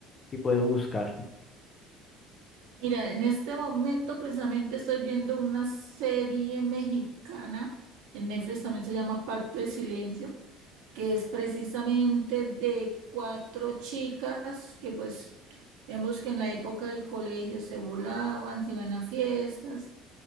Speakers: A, on the left; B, on the right.
A: si puedo buscar.
B: Mira, en este momento precisamente estoy viendo una serie mexicana, en Netflix también se llama Pacto de Silencio, que es precisamente de cuatro chicas que pues, digamos que en la época del colegio se volaban, se iban a fiestas,